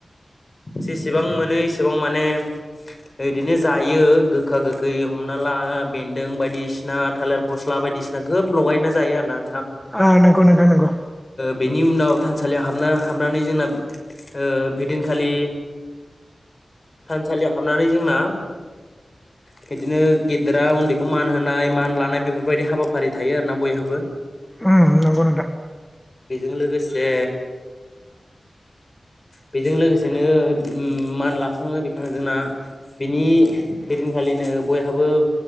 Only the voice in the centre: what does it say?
आ नंगौ नोंथां नंगौ
उम नंगौ नोंथां।